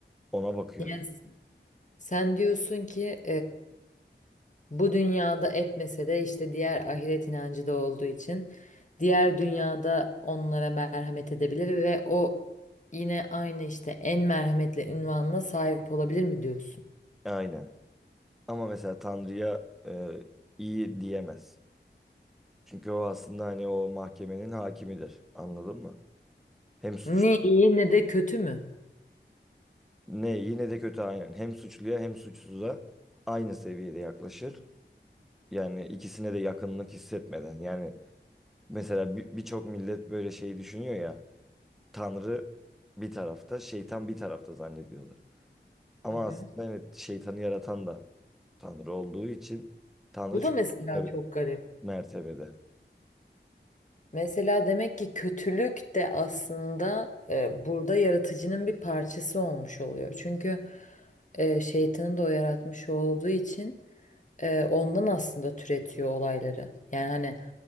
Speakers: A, in the centre; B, on the left.
A: ona bakıyor.
B: Yani sen diyorsun ki Bu dünyada etmese de işte diğer ahiret inancı da olduğu için diğer dünyada onlara merhamet edebilir ve o yine aynı işte en merhametli ünvanına sahip olabilir mi diyorsun?
A: Aynen. Ama mesela Tanrı'ya e, iyi diyemezsin. Çünkü o aslında hani o mahkemenin hakimidir. Anladın mı? Hem suç
B: Ne iyi ne de kötü mü?
A: ne yine de kötü aynen. Hem suçluya hem suçsuza aynı seviyede yaklaşır. Yani ikisine de yakınlık hissetmeden. Yani mesela bir- birçok millet böyle şeyi düşünüyor ya. Tanrı bir tarafta, şeytan bir tarafta zannediyorlar. Ama
B: Hı hı.
A: aslında evet şeytanı yaratan da Tanrı olduğu için Tanrı
B: Bu da
A: çok
B: mesela
A: tabii
B: çok garip.
A: mertebede.
B: Mesela demek ki kötülük de aslında e, burada yaratıcının bir parçası olmuş oluyor. Çünkü e, şeytanın da o yaratmış olduğu için e, ondan aslında türetiyor olayları. Yani hani